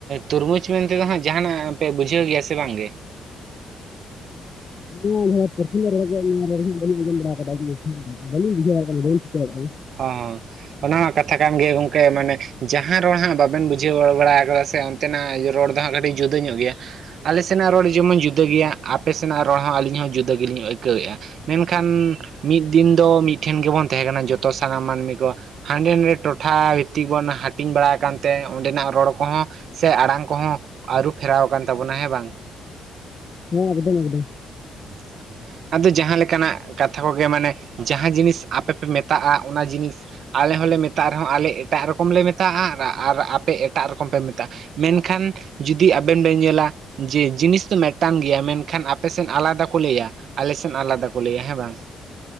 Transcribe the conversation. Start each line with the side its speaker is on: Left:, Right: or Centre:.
Right: ᱛᱩᱨᱢᱩᱡᱽ ᱢᱮᱱᱛᱮ ᱫᱚ ᱦᱟᱸᱜ ᱡᱟᱦᱟᱱᱟᱜ ᱯᱮ ᱵᱩᱡᱷᱟᱹᱣ ᱜᱮᱭᱟ ᱥᱮ ᱵᱟᱝᱜᱮ?
Left: <unintelligible> ᱨᱚᱲ ᱜᱮ ᱱᱚᱣᱟ ᱨᱚᱲ ᱦᱟᱸᱜ ᱵᱟᱹᱧ ᱟᱸᱡᱚᱢ ᱵᱟᱲᱟ ᱟᱠᱟᱫᱟ ᱟᱹᱰᱤ ᱢᱚᱡᱽ ᱜᱮ ᱦᱟᱜ ᱟᱫᱚ ᱵᱟᱞᱤᱧ ᱵᱩᱡᱷᱟᱹᱣ ᱫᱟᱲᱮᱭᱟᱜ ᱠᱟᱱᱟ, ᱵᱟᱹᱧ ᱵᱩᱡᱽ ᱫᱟᱲᱮᱭᱟᱜ ᱠᱟᱱᱟ ᱾
Right: ᱦᱚ ᱦᱚ ᱾ ᱚᱱᱟ ᱦᱚᱸ ᱠᱟᱛᱷᱟ ᱠᱟᱱ ᱜᱮ ᱜᱚᱝᱠᱮ ᱢᱟᱱᱮ ᱡᱟᱦᱟᱸ ᱨᱚᱲ ᱦᱟᱸᱜ ᱵᱟᱵᱮᱱ ᱵᱩᱡᱷᱟᱹᱣ ᱵᱟᱲᱟ ᱟᱠᱟᱫᱟ ᱥᱮ ᱛᱮᱱᱟᱜ ᱨᱚᱲ ᱫᱚ ᱦᱟᱸᱜ ᱠᱟᱹᱴᱤᱡ ᱡᱩᱫᱟᱹ ᱧᱚᱜ ᱜᱮᱭᱟ ᱾ ᱟᱞᱮ ᱥᱮᱱᱟᱜ ᱨᱚᱲ ᱡᱮᱢᱚᱱ ᱡᱩᱫᱟᱹ ᱜᱮᱭᱟ ᱟᱯᱮ ᱥᱮᱱᱟᱜ ᱨᱚᱲ ᱦᱚᱸ ᱟᱹᱞᱤᱧ ᱦᱚᱸ ᱡᱩᱫᱟᱹ ᱜᱮᱞᱤᱧ ᱟᱹᱭᱠᱟᱹᱣᱮᱜ-ᱟ ᱾ ᱢᱮᱱᱠᱷᱟᱱ ᱢᱤᱫ ᱫᱤᱱ ᱫᱚ ᱢᱤᱫ ᱴᱷᱮᱱ ᱜᱮᱵᱚᱱ ᱛᱟᱦᱮᱸ ᱠᱟᱱᱟ ᱡᱚᱛᱚ ᱥᱟᱱᱟᱢ ᱢᱟᱹᱱᱢᱤ ᱠᱚ ᱾ ᱦᱟᱸᱰᱮ ᱱᱟᱰᱮ ᱴᱚᱴᱷᱟ ᱵᱷᱤᱛᱤᱠ ᱵᱚᱱ ᱦᱟᱹᱴᱤᱧ ᱵᱟᱲᱟ ᱟᱠᱟᱱ ᱛᱮ ᱚᱸᱰᱮᱱᱟᱜ ᱨᱚᱲ ᱠᱚᱦᱚᱸ ᱥᱮ ᱟᱲᱟᱝ ᱠᱚᱦᱚᱸ ᱟᱹᱨᱩ ᱯᱷᱮᱨᱟᱣ ᱟᱠᱟᱱ ᱛᱟᱵᱚᱱᱟ ᱦᱮᱸ ᱵᱟᱝ ᱾
Left: ᱦᱮᱸ ᱮᱠᱫᱚᱢ ᱮᱠᱫᱚᱢ ᱾
Right: <inaudible> ᱟᱫᱚ ᱡᱟᱦᱟᱸ ᱞᱮᱠᱟᱱᱟᱜ ᱠᱟᱛᱷᱟ ᱠᱚᱜᱮ ᱢᱟᱱᱮ ᱡᱟᱦᱟᱸ ᱡᱤᱱᱤᱥ ᱟᱯᱮ ᱯᱮ ᱢᱮᱛᱟᱜ-ᱟ ᱚᱱᱟ ᱡᱤᱱᱤᱥ ᱟᱞᱮ ᱦᱚᱸᱞᱮ ᱢᱮᱛᱟᱜ ᱨᱮᱦᱚᱸ ᱟᱞᱮ ᱮᱴᱟᱜ ᱨᱚᱠᱚᱢ ᱞᱮ ᱢᱮᱛᱟᱜ-ᱟ ᱟᱨ ᱟᱯᱮ ᱮᱴᱟᱜ ᱨᱚᱠᱚᱢ ᱯᱮ ᱢᱮᱛᱟᱜ-ᱟ ᱾ ᱢᱮᱱᱠᱷᱟᱱ ᱡᱩᱫᱤ ᱟᱵᱮᱱ ᱵᱮᱱ ᱧᱮᱞᱟ ᱡᱮ ᱡᱤᱱᱤᱥ ᱫᱚ ᱢᱤᱫ ᱴᱟᱝ ᱜᱮᱭᱟ ᱢᱮᱱᱠᱷᱟᱱ ᱟᱯᱮ ᱥ ᱮᱱ ᱟᱞᱟᱫᱟ ᱠᱚ ᱞᱟᱹᱭᱟ ᱟᱞᱮ ᱥᱮᱱ ᱟᱞᱟᱫᱟ ᱠᱚ ᱞᱟᱹᱭᱟ ᱦᱮᱸ ᱵᱟᱝ ᱾